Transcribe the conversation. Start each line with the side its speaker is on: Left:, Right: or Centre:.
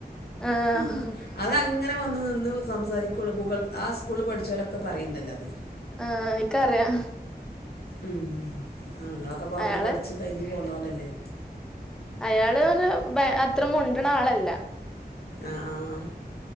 Centre: ആഹ്
Left: ആ അതങ്ങനെ വന്ന് നിന്ന് സംസാരിക്കുകയുള്ളൂ ഗൂഗൾ ആ സ്കൂളിൽ പഠിച്ചോലൊക്കെ പറയണ്ടല്ലോ അത്
Centre: ആ എനിക്കറിയാം
Left: മ്മ് ആ നിങ്ങളൊക്കെ അപ്പള് അവിടുന്ന്
Centre: അയാള്
Left: പഠിച്ച് കയിഞ്ഞ് പോന്നോലല്ലേ
Centre: അയാള് അത്ര മുണ്ടണ ആളല്ല
Left: ആ ആ ആ